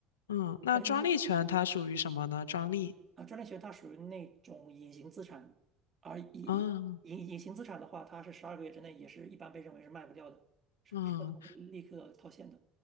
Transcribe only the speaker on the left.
嗯，那专利权它属于什么呢？
专利，
嗯
嗯，